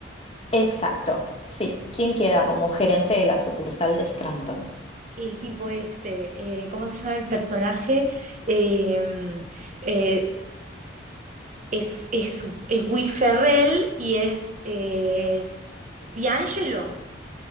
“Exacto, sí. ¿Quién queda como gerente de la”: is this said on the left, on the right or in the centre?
Left